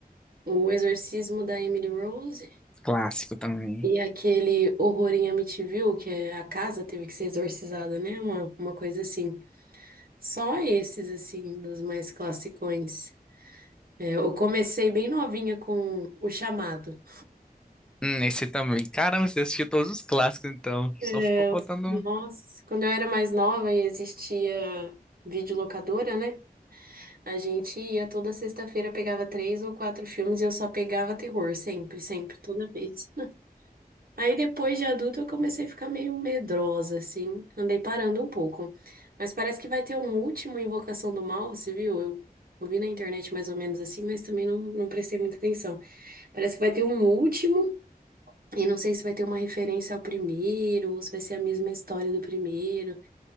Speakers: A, on the right (about 65°); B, in the centre.
A: O Exorcismo da Emily Rose
B: Clássico também.
A: e aquele Horror em Amityville, que é a casa teve que ser exorcizada, né? Uma, uma coisa assim. Só esses, assim, dos mais classicões. É, eu comecei bem novinha com O Chamado.
B: Hum, esse também. Caramba, você assistiu todos os clássicos, então. Só
A: É,
B: ficou
A: eu-
B: faltando.
A: nossa,
B: um.
A: quando eu era mais nova e existia videolocadora, né? A gente ia toda sexta-feira, pegava três ou quatro filmes e eu só pegava terror, sempre, sempre, toda vez. Aí depois de adulta eu comecei a ficar meio medrosa, assim, andei parando um pouco. Mas parece que vai ter um último Invocação do Mal, você viu? Eu ouvi na internet mais ou menos assim, mas também não, não prestei muita atenção. Parece que vai ter um último, e não sei se vai ter uma referência ao primeiro, ou se vai ser a mesma história do primeiro.